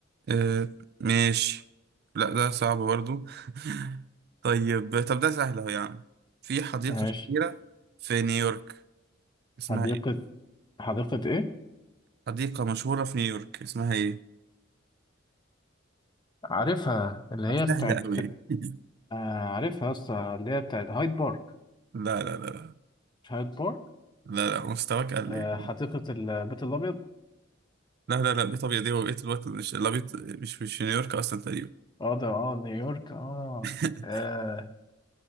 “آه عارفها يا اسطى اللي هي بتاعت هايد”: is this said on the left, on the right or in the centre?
Left